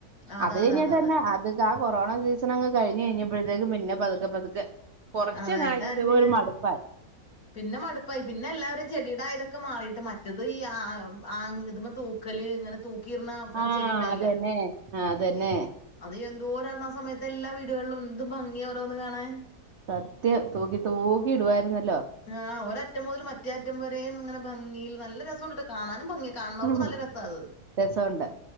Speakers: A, on the left; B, on the right.
A: അതെ
B: അത് കഴിഞ്ഞിട്ട്
A: അതെ അതെ അതെ
B: തന്നെ അത് കൊറോണ സീസൺ അങ്ങ് കഴിഞ്ഞ് കഴിഞ്ഞപ്പോഴത്തേക്കും പിന്നെ പതുക്കെ പതുക്കെ കുറച്ച്
A: അതാ എല്ലാരും പിന്നെ
B: ഒരു മടുപ്പായി
A: പിന്നെ മടുപ്പായി പിന്നെ എല്ലാവാരും ചെടീട <unintelligible> മാറിയിട്ട് മറ്റത് ഈ ആ ആ ഇ തൂക്കല് ഇങ്ങനെ തു കീർണാം
B: ആ
A: ചെടി ഉണ്ടായില്ല
B: അതന്നെ ആ അത് തന്നെ
A: അത് എന്തോരം അരുണ ആസമയത്ത് എല്ലാ വീടുകളിലും എന്ത് ഭംഗിയ ഓരോന്ന് കാണാൻ
B: സത്യം തൂക്കി <unintelligible>
A: ആ ഒ <unintelligible> റ്റം മുതൽ മറ്റേറ്റം വരെയും ഇങ്ങനെ ഭംഗയിൽ നല്ല രസുണ്ട്ട്ടോ കാണാനും ഭംഗി കാണുന്നവർക്ക്
B: ആ
A: നല്ല രസാ അത്
B: രസുണ്ട്